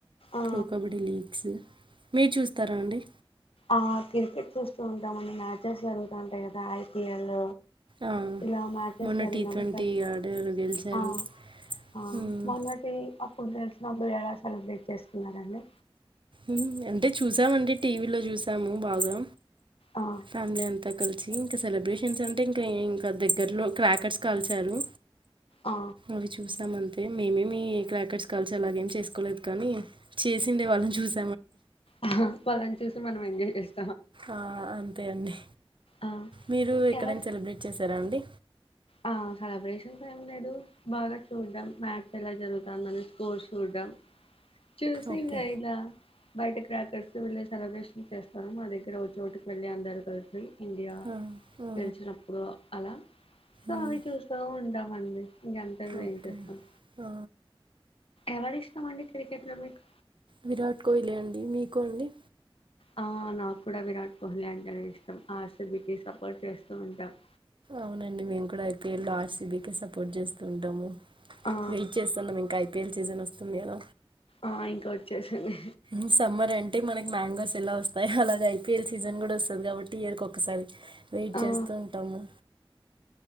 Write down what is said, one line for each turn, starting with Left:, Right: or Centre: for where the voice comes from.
Left: ఆ
Right: ప్రో కబడ్డీ లీగ్స్ మీరు చూస్తారా అండి
Left: ఆ క్రికెట్ చూస్తూ ఉంటామండి మ్యాచెస్ జరుగుతా ఉంటాయి కదా ఐపిఎల్
Right: ఆ,
Left: ఇలా మ్యాచెస్కి
Right: మొన్న
Left: ఆడిగినపుడు
Right: టీ ట్వంటీ ఆడారు గెలిచారు
Left: అ ఆ
Right: ఉమ్,
Left: మొన్నటి మీక్ తెసినబ్బాయి ఏడసలు బ్రేట్ <unintelligible> చేస్తున్నడండి
Right: ఉ అంటే చూసామండి టీవీలో చూసాము బాగా
Left: ఆ
Right: ఫ్యామిలీ అంత కలిసి ఇంకా సెలబ్రేషన్స్ అంటే ఇంకా ఇంకా దగ్గరలో క్రాకర్స్ కాల్చారు
Left: ఆ
Right: అవి చూసామం తే మేమేమి క్రాకర్స్ కాల్చి అలాగేం చేసుకోలేదు కానీ చేసిండే వాళ్ళని చూసి
Left: ఆహ్ వాళ్ళని చూసి మన వెంగడేస్
Right: ఆ అంతే అండి
Left: ఆ
Right: మీరు ఎక్కడైనా
Left: ఎవరు
Right: సెలబ్రేట్ చేశారా అండి
Left: ఆ సెలబ్రేషన్స్ ఏం లేదు బాగా చూడడం మ్యాచ్ ఎలా జరుగుతందని రోజు చూడడం చూసి
Right: ఓకే
Left: ఇంగా ఇలా బయట క్రాకర్స్ వీళ్ల సెలబ్రేషన్ చేస్తాను మా దగ్గర ఒక చోటుకి వెళ్ళి అందరూ కలిసి ఇందియా
Right: ఆ, ఆ,
Left: పెల్చినప్పుడ అలా సో
Right: ఉమ్,
Left: అవి చూస్తూ ఉంటామండి ఇంకంతె మేం
Right: ఓకే
Left: చేస్తాం
Right: ఆ,
Left: ఎవరు ఇష్టమండి క్రికెట్ లో మీకు
Right: విరాట్ కోహ్లీ అండి మీకు అండి
Left: ఆ నాకు కూడా విరాట్ కోహ్లీ అంటేనే ఇష్ టం ఆర్ సి బి కీ సపోర్ట్ చేస్ నువుంటావ్
Right: అవునండి మేము కూడా I P L R C B కె సపోర్ట్ చేస్తూ ఉంటాము
Left: ఆ
Right: వెయిట్ చేస్తా మనింకాయ్ గేల్ చేసన వస్తుంది ఇయాల
Left: ఆ ఇంక వచ్చేసింది
Right: ఉ సమ్మర్ అంటే మనకి మ్యాంగోస్ ఎలా వస్ అ అలగ ఐపీఎల్ సీజన్ కూడా వస్తది కాబట్టి ఇయర్ కి ఒక్కసారి వెయిట్
Left: ఆ
Right: చేస్తూ ఉంటాము